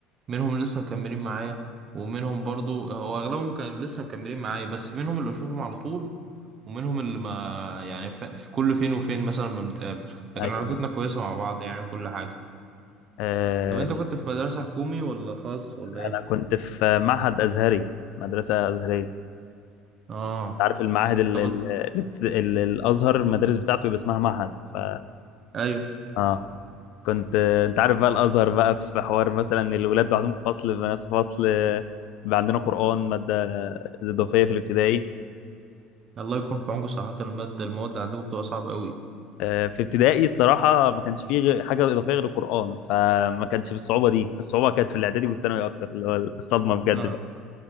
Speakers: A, on the right; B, on the left.
A: منهم لسه مكملين معايا ومنهم برضو هو اغلبهم كان لسه مكملين معايا بس في منهم اللي بشوفهم على طول ومنهم اللي ما يعني ف- في كل فين وفين مثلا بنتقابل لكن
B: ايوه
A: علاقتنا كويسة مع بعض يعني وكل حاجة
B: آه،
A: طب انت كنت في مدرسة حكومي ولا خاص ولا ايه
B: انا كنت في معهد ازهري مدرسة أزهرية
A: اه
B: عارف المعاهد ال-
A: طب
B: ال- الابت- ال- الازهر المدارس بتاعته يبقى اسمها معهد ف
A: ايوه
B: اه كنت انت عارف بقى الازهر بقى في حوار مثلا الولاد لوحدهم في فصل البنات في فصل بقى عندنا قران ماده اضافيه في الابتدائي
A: الله يكون في عونكم صراحة المادة المواد عندكم بتبقى صعبة قوي
B: آه، في ابتدائي الصراحه ما كانش فيه غير- حاجه اضافيه غير القران فما كانش بالصعوبه دي الصعوبه كانت في الاعدادي والثانوي اكتر اللي هو الصدمه بجد
A: اه
B: بقى